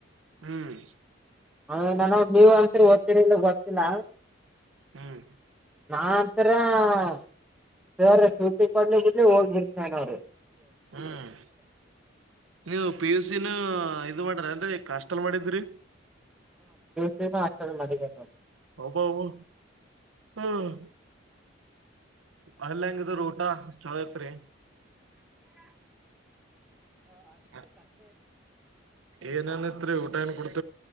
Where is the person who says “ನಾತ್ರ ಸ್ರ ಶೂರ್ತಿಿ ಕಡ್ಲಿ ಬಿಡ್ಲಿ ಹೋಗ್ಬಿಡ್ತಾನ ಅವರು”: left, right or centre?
Centre